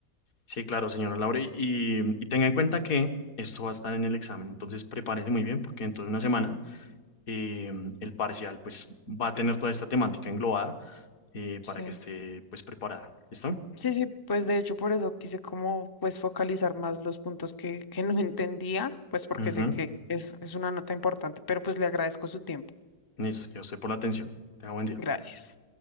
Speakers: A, on the left (about 55°); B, on the left (about 35°).
A: Sí, claro, señora Laura. Y, y tenga en cuenta que esto va a estar en el examen, entonces prepárese muy bien porque dentro de una semana eh, el parcial pues va a tener toda esta temática englobada eh,
B: Sí.
A: para que esté pues preparada. ¿Listo?
B: Sí, sí, pues de hecho por eso quise como pues focalizar más los puntos que, que no <laughs> entendía, pues porque
A: Ujú.
B: sé que es, es una nota importante, pero pues le agradezco su tiempo.
A: Listo, yo sé por la atención. Tenga buen día.
B: Gracias.